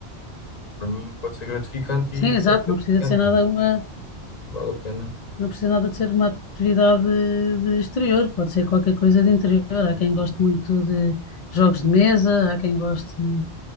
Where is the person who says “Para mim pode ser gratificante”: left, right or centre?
Left